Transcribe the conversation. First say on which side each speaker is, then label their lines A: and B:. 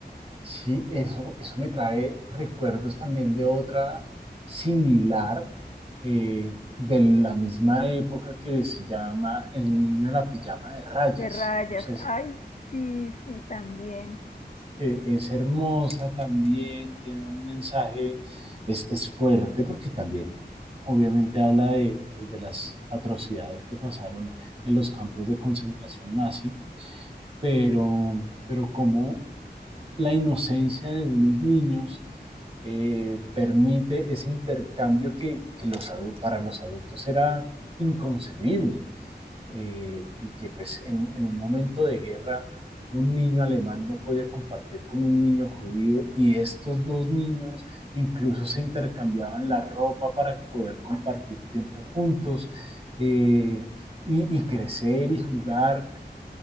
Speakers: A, on the right; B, on the left.
A: sí, eso, eso me trae recuerdos también de otra similar eh, de la misma época que se llama El niño de la pijama de rayas.
B: De rayas,
A: No sé, si
B: ay, sí, sí, también.
A: que es hermosa también, tiene un mensaje, es, es fuerte porque también obviamente habla de, pues, de las atrocidades que pasaron en los campos de concentración nazi, pero, pero como la inocencia de unos niños eh, permite ese intercambio que, que los, para los adultos era inconcebible eh, y que pues en, en, un momento de guerra un niño alemán no podía compartir con un niño judío y estos dos niños incluso se intercambiaban la ropa para poder compartir tiempo juntos eh, y, y, crecer y jugar.